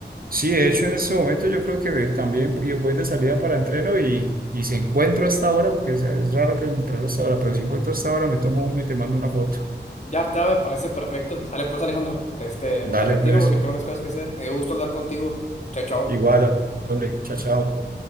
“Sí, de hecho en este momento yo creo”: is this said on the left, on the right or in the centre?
Right